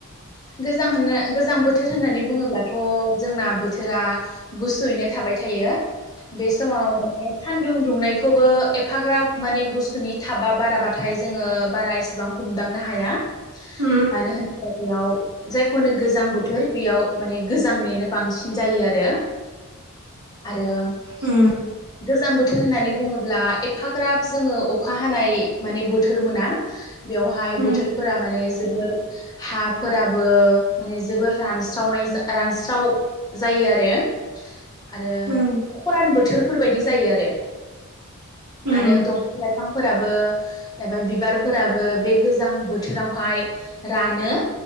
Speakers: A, on the left; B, on the right.
A: गोजां होननो गोजां बोथोर होननानै बुङोब्लाथ' जोंना बोथोरा गुसुयैनो थाबाय थायो। बेस समाव माने सानदुं दुंनायखौबो एफाग्राब माने गुसुनि थाबा बाराबाथाय जोङो बारा एसेबां हमदांनो हाया।
B: उम
A: मानो होनोब्ला बेयाव जायखौनो होनो गोजां बोथोर बेयाव माने गोजांनियानो बांसिन जायो आरो। आरो
B: उम
A: गोजां बोथोर होननानै बुङोब्ला एफाग्राब जोङो अखा हानाय माने बोथोर मोना। बेवहाय
B: उम
A: बोथोरफोरा माने जोबोर हाफोराबो माने जोबोर रानस्रावनाय जा रानस्राव जायो आरो। आरो
B: उम
A: खरानबो। बेफोरबायदि जायो आरो।
B: उम
A: आरो दंफा लाइफां फांफोराबो एबा बिबारफोराबो बे गोजां बोथोरावहाय रानो